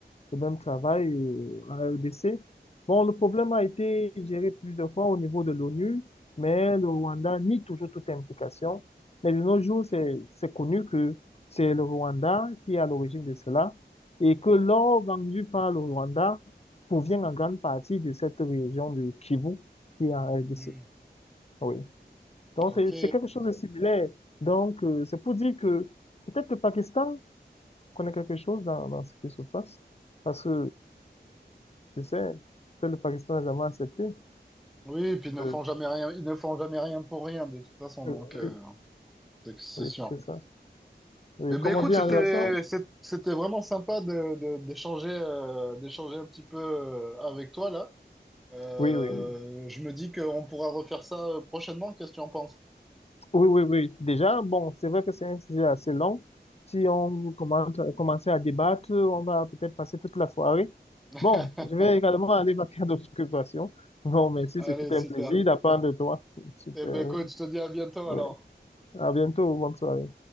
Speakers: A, on the left (about 35°); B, in the centre.
A: le même travail au- à RDC. Bon, le problème a été géré plusieurs fois au niveau de l'ONU, mais le Rwanda nie toujours toute implication. Mais de nos jours, c'est, c'est connu que c'est le Rwanda qui est à l'origine de cela et que l'or vendu par le Rwanda provient en grande partie de cette région de Kivu qui est en RDC.
B: Mhm.
A: Oui. Donc,
B: Ok.
A: c'est c'est quelque chose de similaire. Donc, euh, c'est pour dire que peut-être le Pakistan connaît quelque chose dans, dans ce qui se passe. Parce que, je sais, peut-être le Pakistan n'a jamais accepté.
B: Oui, et puis ils ne
A: Euh,
B: font jamais rien, ils ne font jamais rien pour rien de toute façon, donc
A: euh,
B: euh,
A: oui,
B: c'est c'est
A: oui,
B: sûr.
A: c'est ça. Oui,
B: Eh ben
A: comme
B: écoute,
A: on dit
B: c'était
A: en relation.
B: c'est- c'était vraiment sympa de de- d'échanger euh, d'échanger un petit peu euh, avec toi là. Euh,
A: Oui, oui, oui.
B: je me dis qu'on pourra refaire ça euh, prochainement. Qu'est-ce que tu en penses?
A: Oui, oui, oui. Déjà, bon, c'est vrai que c'est un sujet assez long. Si on commence, commence à débattre, on va peut-être passer toute la soirée.
B: <laughs>
A: Bon, je vais également aller <laughs> vaquer à d'autres occupations. Bon, merci,
B: Allez,
A: c'était un
B: super.
A: plaisir d'apprendre de toi. Super.
B: Eh ben écoute, je te dis à bientôt
A: Oui.
B: alors.
A: À bientôt, bonne soirée.